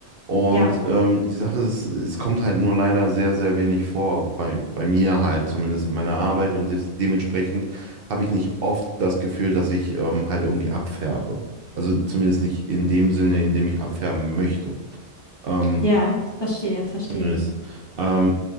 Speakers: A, on the right; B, on the left.
A: Und
B: ja,
A: ähm, die Sache ist, es kommt halt nur leider sehr, sehr wenig vor, bei, bei mir halt, zumindest in meiner Arbeit und des, dementsprechend habe ich nicht oft das Gefühl, dass ich ähm, halt irgendwie abfärbe. Also zumindest nicht in dem Sinne, in dem ich abfärben möchte. Ähm,
B: ja, ich verstehe, verstehe.
A: Nös. Ähm,